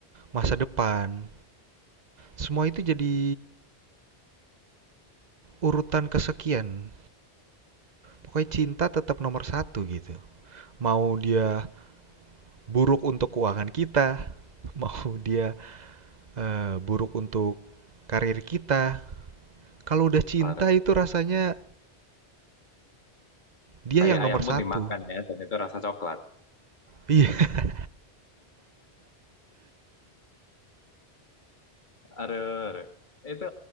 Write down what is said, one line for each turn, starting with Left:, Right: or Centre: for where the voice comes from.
Right: masa depan, semua itu jadi urutan kesekian. Pokoknya cinta tetap nomor satu gitu. Mau dia buruk untuk keuangan kita, <laughs> mau dia, eee, buruk untuk karir kita, kalau udah cinta
Left: Ada
Right: itu rasanya dia
Left: tai
Right: yang nomor
Left: ayam
Right: satu
Left: pun dimakan ya, dan itu rasa coklat.
Right: Iya, <laughs>
Left: Aduh, aduh. Itu